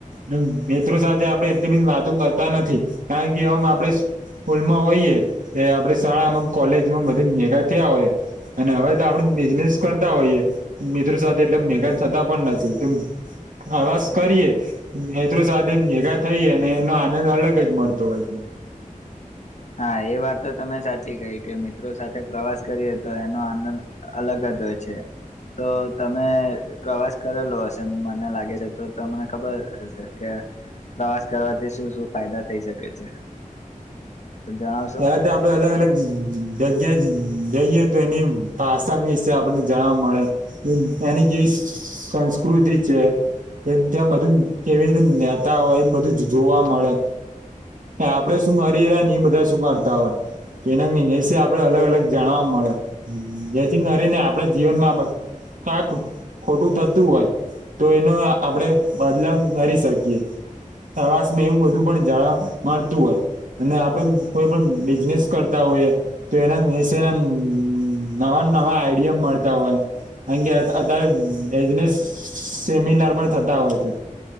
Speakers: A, on the right; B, on the left.
A: અને મિત્રો સાથે આપડે એટલી બધી વાતો કરતા નથી કારણ કે ઓમ આપડે સ્કૂલમાં હોઈએે એ આપડે શાળામાં કોલેજમાં બધા ભેંગા થયા હોય અને હવે આપણે બિઝનેસ કરતા હોઈએ મિત્રો સાથે એટલે ભેંગા થતા પણ નથી તો પ્રવાસ કરીએ મિત્રો સાથે ભેગા થઈએ અને એનો આનંદ અલગ જ મળતો હોય છે.
B: <inaudible> હા એ વાત તો તમે સાચી કહિ કે મિત્રો સાથે પ્રવાસ કરીએ તો એનો આનંદ અલગ જ જ હોય છે. તો તમે પ્રવાસ કરેલો હશે મને લાગે છે તો તમને ખબર હશે કે પ્રવાસ કરવાથી શું શું ફાયદા થઈ શકે છે. તો જણાવશો
A: પેલા તો આપડે અલગ અલગ જગ્ યા એ જઈએ તો એની ભાષા વિશે આપણને જાણવા મળે એની કેવી સ સ સંસ્કૃતિ છે. એ ત્યાં બધું કેવી રીતે રેતા હોય એ બધું જોવા મળે. આપડે શું કરી રા ને ઈ બધા શું કરતા હોય. તે ના વીશે આપડે અલગ અલગ જાણવા મળે જેથી કરીને આપડા જીવનમાં આ બધું કાંક ખોટું થતું હોય તો એનો આપડે બદલાવ કરી શકીએ. પ્રવાસમાં એવું બધું પણ જાણવા મળતું હોય અને આપડે કોઈ પણ બિઝનેસ કરતા હોયએ તો એના વિશેના નવા નવા આઈડિયા મડે ફરતા હોય. કારણ કે અત્યારે બિઝનેસ સેમિનાર પણ થતા હોય છે